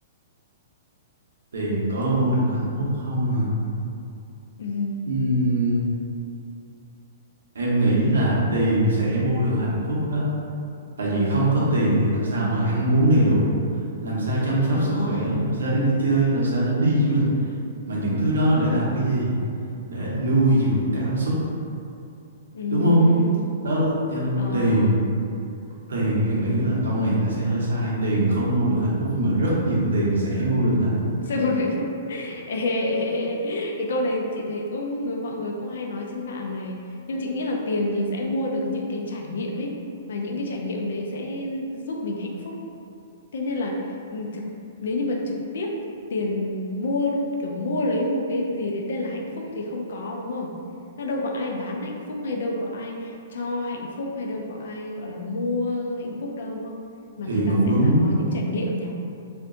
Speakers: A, on the right; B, on the left.
A: Tiền có mua được hạnh phúc không hả?
B: Ừ.
A: Ừm, em nghĩ là tiền sẽ mua được hạnh phúc đó. Tại vì không có
B: Ừ.
A: tiền thì làm sao mà ăn uống đầy đủ, làm sao chăm sóc
B: À.
A: sức khỏe, làm sao để đi chơi, làm sao để đi du lịch. Mà những thứ đó là để làm cái gì? Để nuôi dưỡng cảm xúc,
B: Ừ.
A: đúng không? Đó là, cho nên
B: À.
A: tiền, tiền em nghĩ là câu này nó sẽ hơi sai. Tiền không mua được hạnh phúc nhưng mà rất nhiều tiền sẽ mua được hạnh phúc.
B: Seguro hạnh phúc. <laughs> Ê, ê, ê, ê. Cái câu này chị thấy cũng người mọi người cũng hay nói trên mạng này. Nhưng chị nghĩ là tiền thì sẽ mua được những cái trải nghiệm ấy và những cái trải nghiệm đấy sẽ giúp mình hạnh phúc. Thế nên là ừ, thực nếu như mà trực tiếp tiền mua kiểu mua lấy một cái gì đấy tên là hạnh phúc thì không có đúng không? Nó Đâu có ai bán hạnh phúc hay đâu có ai cho hạnh phúc hay đâu có ai gọi là mua hạnh phúc đâu đúng không? Mà
A: Thì
B: người ta
A: cũng
B: sẽ
A: đúng
B: là có những trải nghiệm nhở?